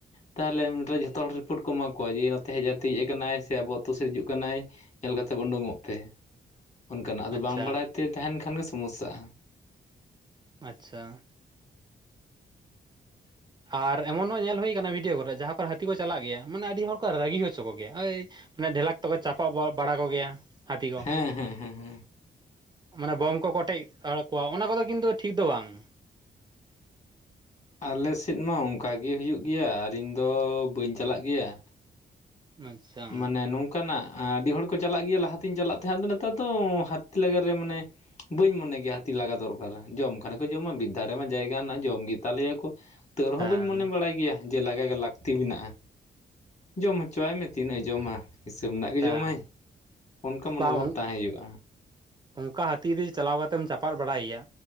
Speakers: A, on the left; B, on the right.
A: ᱛᱟᱦᱚᱞᱮ ᱱᱚᱰᱮ ᱡᱷᱚᱛᱚ ᱦᱚᱲ ᱨᱤᱯᱚᱴ ᱠᱚ ᱮᱢᱟ ᱠᱚᱣᱟ ᱡᱮ ᱱᱚᱛᱮ ᱦᱮᱡᱛᱮ ᱦᱮᱡ ᱠᱟᱱᱟᱭ ᱥᱮ ᱟᱵᱚ ᱟᱹᱛᱩ ᱥᱮᱫ ᱦᱤᱡᱩᱜ ᱠᱟᱱᱟᱭ ᱧᱮᱞ ᱠᱟᱛᱮᱫ ᱩᱰᱩᱝᱚᱜ ᱯᱮ ᱚᱱᱠᱟᱱᱟᱜ ᱟᱫᱚ
B: ᱟᱪᱪᱷᱟ
A: ᱵᱟᱝ ᱵᱟᱰᱟᱭ ᱛᱮ ᱛᱟᱦᱮᱱ ᱠᱷᱟᱱ ᱜᱮ ᱥᱚᱢᱚᱥ ᱥᱟᱜᱼᱟ
B: ᱟᱪ ᱪᱷᱟ ᱟᱨ ᱮᱢᱚᱱ ᱦᱚᱸ ᱧᱮᱞ ᱦᱩᱭ ᱠᱟᱱᱟ ᱵᱷᱤᱰᱭᱚ ᱠᱚᱨᱮ ᱡᱟᱦᱟᱸ ᱠᱚᱨᱮ ᱦᱟᱹᱛᱤ ᱠᱚ ᱪᱟᱞᱟᱜ ᱜᱮᱭᱟ ᱢᱟᱱᱮ ᱟᱹᱰᱤ ᱦᱚᱲ ᱠᱚ ᱨᱟᱹᱜᱤ ᱦᱚᱪᱚ ᱠᱚ ᱜᱮᱭᱟ ᱚᱭ ᱢᱟᱱᱮ ᱰᱷᱮᱞᱟᱠ ᱛᱮᱠᱚ ᱪᱟᱯᱟᱣᱜ ᱵᱟᱲᱟ ᱠᱚ ᱜᱮᱭᱟ ᱦᱟᱹᱛᱤ ᱠᱚ
A: ᱦᱮᱸ ᱦᱮᱸ ᱦᱮᱸ ᱦᱮᱸ
B: ᱢᱟᱱᱮ ᱵᱳᱢ ᱠᱚ ᱠᱚ ᱚᱴᱮᱡ ᱟᱠᱚᱣᱟ ᱚᱱᱟ ᱠᱚᱫᱚ ᱠᱤᱱᱛᱩ ᱴᱷᱤᱠ ᱫᱚ ᱵᱟᱝ
A: ᱟᱞᱮᱥᱮᱫ ᱢᱟ ᱚᱱᱠᱟ ᱜᱮ ᱦᱩᱭᱩᱜ ᱜᱮᱭᱟ ᱟᱨ ᱤᱧ ᱫᱚ ᱵᱟᱹᱧ ᱪᱟᱞᱟᱜ ᱜᱮᱭᱟ
B: ᱟᱪᱪᱷᱟ
A: ᱢᱟᱱᱮ ᱱᱚᱝᱠᱟᱱᱟᱜ ᱟᱹᱰᱤ ᱦᱚᱲ ᱠᱚ ᱪᱟᱞᱟᱜ ᱜᱮᱭᱟ ᱞᱟᱦᱟᱛᱤᱧ ᱪᱟᱞᱟᱜ ᱛᱟᱦᱮᱸᱜ ᱟᱫᱚ ᱱᱮᱛᱟᱨ ᱫᱚ ᱦᱟᱹᱛᱤ ᱞᱟᱜᱟ ᱨᱮ ᱢᱟᱱᱮ ᱵᱟᱹᱧ ᱢᱚᱱᱮ ᱜᱮᱭᱟ ᱦᱟᱹᱛᱤ ᱞᱟᱜᱟ ᱫᱚᱨᱠᱟᱨᱟ ᱡᱚᱢ ᱠᱷᱟᱱᱮ ᱠᱚ ᱡᱚᱢᱟ ᱵᱤᱨ ᱫᱷᱟ ᱨᱮᱢᱟ ᱡᱟᱭᱜᱟ ᱦᱮᱱᱟᱜ ᱡᱚᱢ ᱜᱮ ᱛᱟᱞᱮ ᱫᱟᱨᱮ ᱭᱟᱠᱚ ᱛᱟᱹᱨ ᱦᱚᱸ
B: ᱦᱮᱸ
A: ᱵᱟᱹᱧ ᱢᱚᱱᱮ ᱵᱟᱲᱟᱭ ᱜᱮᱭᱟ ᱡᱮ ᱞᱟᱜᱟ ᱜᱮ ᱞᱟᱹᱠᱛᱤ ᱢᱮᱱᱟᱜᱼᱟ ᱡᱚᱢ ᱦᱚᱪᱚ ᱟᱭ ᱢᱮ ᱛᱤᱱᱟᱹᱜᱼ ᱡᱚᱢᱟ ᱦᱤᱥᱟᱹᱵ ᱨᱮᱱᱟᱜ ᱜᱮ
B: ᱦᱮᱸ
A: ᱡᱚᱢᱟᱭ ᱚᱱᱠᱟ ᱢᱚᱱᱳᱵᱷᱟᱵᱽ
B: ᱵᱟᱝ
A: ᱛᱟᱦᱮᱸ ᱦᱩᱭᱩᱜᱼᱟ
B: ᱚᱱᱠᱟ ᱦᱟᱹᱛᱤ ᱨᱮ ᱪᱟᱞᱟᱣ ᱠᱟᱛᱮᱢ ᱪᱟᱯᱟᱫ ᱵᱟᱲᱟ ᱭᱮᱭᱟ